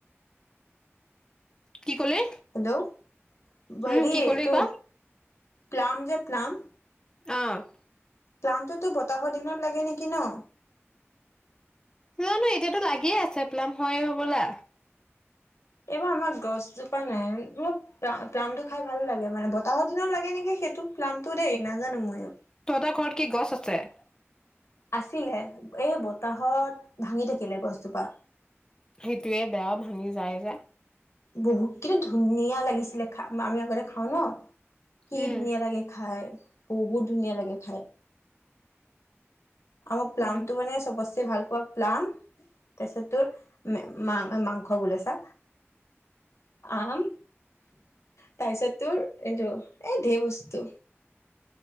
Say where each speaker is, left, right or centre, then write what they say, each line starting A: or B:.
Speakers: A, on the left (about 15°); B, on the left (about 80°).
A: কি ক'লি
B: হেল্ল', হেৰি
A: উম, কি ক'লি
B: তোৰ
A: ক
B: প্লাম যে প্লাম
A: আহ',
B: প্লামটোতো বতাহৰ দিনত লাগে নেকি ন?
A: জানো এতিয়াতো লাগিয়ে আছে প্লাম হয় হবলা।
B: এইবাৰ আমাৰ গছজোপা নাই মানে প্লাম টো খাই ভাল লাগে মানে বতাহৰ দিনত লাগে নেকি? সেইটো প্লামতো দেই নাজানো ময়ো।
A: তহঁতৰ ঘৰত কি গছ আছে?
B: আছিলে এই বতাহত ভাঙি থাকিলে গছজোপা।
A: সেইটোয়ে বেয়াও ভাঙি যায় যে।
B: বহুত কিন্তু ধুনীয়া লাগিছিলে খা আমি আগতে খাওঁ ন কি
A: উম,
B: ধুনীয়া লাগে খাই। বহুত ধুনীয়া লাগে খাই। আমাৰ প্লাম
A: উম,
B: টো মানে চবতচে ভাল পোৱা প্লান তাৰ পিছত তোৰ মা মাংস বোলে ছা আম তাৰপিছত তোৰ এইটো এ ধেৰ বস্তু